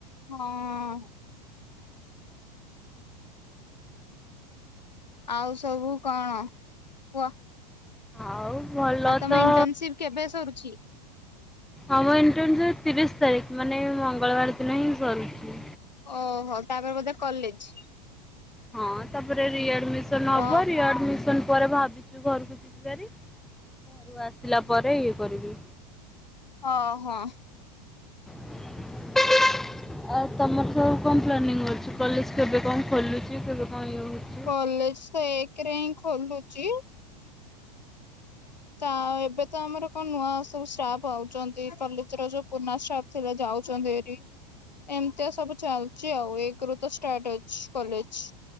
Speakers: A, on the left; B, in the centre.
A: ହଁ। ଆଉ ସବୁ କଣ କୁହ।
B: ଆଉ ଭଲ
A: ଆଉ ତମ
B: ତ
A: ଇଣ୍ଟର୍ନସିପ କେବେ ସରୁଚି?
B: ଆମ ଇଣ୍ଟର୍ନସିପ୍ ତିରିଶ ତାରିଖ୍ ମାନେ ମଙ୍ଗଳବାର ଦିନ ହିଁ ସରୁଚି।
A: ଓହୋ ତାପରେ ବୋଧେ କଲେଜ୍?
B: ହଁ ତାପରେ ରିଆଡିମିସନ୍ ହବ।
A: ଅ
B: ରିଆଡିମିସନ୍ ପରେ ଭାବିଚି ଘରକୁ ଯିବି ଭାରି। ଘରୁ ଆସିଲା ପରେ ଇଏ କରିବି।
A: ଅ ହଁ।
B: <inaudible> ଆଉ ତମର ସବୁ କଣ ପ୍ଲାନିଂ ଅଛି? କଲେଜ୍ କେବେ କଣ ଖୋଲୁଚି କେବେ କଣ ଇଏ ହଉଚି।
A: କଲେଜ୍ ତ ଏକ ରେ ହିଁ ଖୋଲୁଚି। ତ ଏବେ ତ ଆମର କଣ ନୂଆ ସବୁ ଷ୍ଟାଫ ଆଉଛନ୍ତି କଲେଜ ର ଯୋଉ ପୁରୁଣା ଷ୍ଟାଫ୍ ସେରା ଯାଉଛନ୍ତି ଭାରି ଏମିତିଆ ସବୁ ଚାଲୁଚି ଆଉ। ଏକ ରୁ ତ ଷ୍ଟାର୍ଟ ଅଛି କଲେଜ୍।